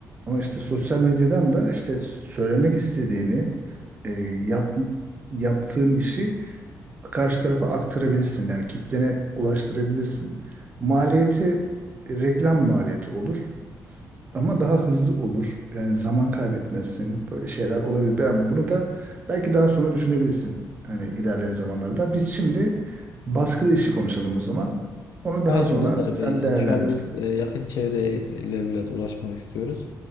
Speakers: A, on the right; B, on the left.
A: Ama işte sosyal medyadan da işte söylemek istediğini eee, yap, yaptığın işi karşı tarafa aktarabilirsin. Yani kitlene ulaştırabilirsin. Maliyeti e, reklam maliyeti olur ama daha hızlı olur. Yani zaman kaybetmezsin. Böyle şeyler olabilir. Ben bunu da belki daha sonra düşünebilirsin. Hani ilerleyen zamanlarda. Biz şimdi baskılı işi konuşalım o zaman. Onu daha
B: Aynen
A: sonra
B: Önder
A: sen
B: Bey yani
A: değerlendirirsin.
B: şu an biz e, yakın çevreyle biraz uğraşmak istiyoruz.